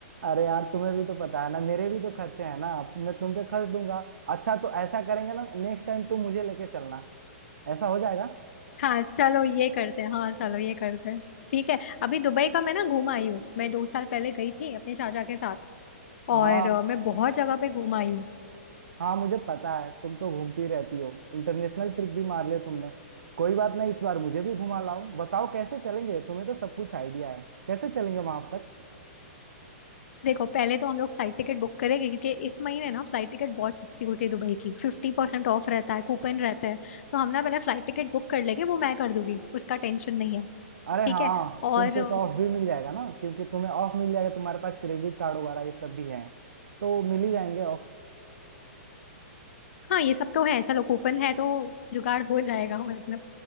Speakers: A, on the right; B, on the left.
A: अरे यार तुम्हें भी तो पता है ना मेरे भी तो खर्चे हैं ना अब मैं तुम पे खर्च दूंगा अच्छा तो ऐसा करेंगे ना नेक्स्ट टाइम तुम मुझे लेके चलना ऐसा हो जाएगा
B: हाँ चलो ये करते हैं हाँ चलो ये करते हैं ठीक है अभी दुबई का मैं ना घूम आई हूँ मैं दो साल पहले गई थी अपने चाचा के साथ
A: हाँ
B: और अ, मैं बहुत जगह पे घूम आई हूँ
A: हाँ मुझे पता है तुम तो घूमती रहती हो इंटरनेशनल ट्रिप भी मार लिया तुमने कोई बात नहीं इस बार मुझे भी घुमा लाओ बताओ कैसे चलेंगे तुम्हें तो सब कुछ आइडिया है कैसे चलेंगे वहां तक
B: देखो पहले तो हम लोग फ्लाइट टिकट बुक करेंगे क्योंकि इस महीने ना फ्लाइट टिकट बहुत सस्ती होती है दुबई की फिफ्टी परसेंट ऑफ रहता है कूपन रहता है तो हम ना पहले फ्लाइट टिकट बुक कर लेंगे वो मैं कर दूंगी उसका टेंशन नहीं है ठीक
A: अरे हाँ
B: है और
A: तुमको तो ऑफ भी मिल जाएगा ना क्योंकि तुम्हें ऑफ मिल जाएगा तुम्हारे पास क्रेडिट कार्ड वगैरह ये सब भी है तो मिल ही जाएंगे ऑफ
B: हाँ ये सब तो है चलो कूपन है तो जुगाड़ हो जाएगा मतलब